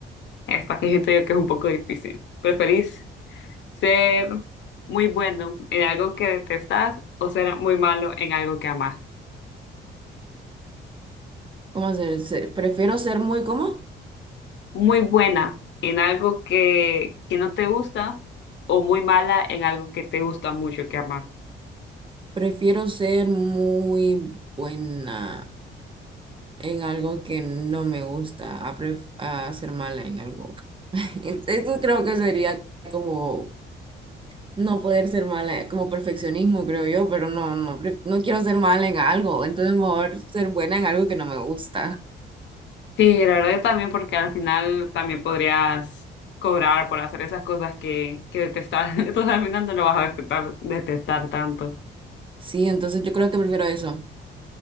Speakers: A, on the left; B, on the right.
A: esta que siento yo que es un poco difícil. ¿Preferís ser muy bueno en algo que detestas o ser muy malo en algo que amas?
B: ¿cómo se, se- Prefiero ser muy, ¿cómo?
A: Muy buena en algo que, que no te gusta o muy mala en algo que te gusta mucho que amas.
B: Prefiero ser muy buena en algo que no me gusta a, pref- a ser mala en algo. <laughs> Esto creo que sería como no poder ser mala, como perfeccionismo, creo yo, pero no, no, pre- no quiero ser mala en algo, entonces mejor ser buena en algo que no me gusta.
A: Sí, la verdad yo también porque al final también podrías cobrar por hacer esas cosas que, que detestas. <laughs> Entonces al final no lo vas a detestar, detestar tanto.
B: Sí, entonces yo creo que prefiero eso.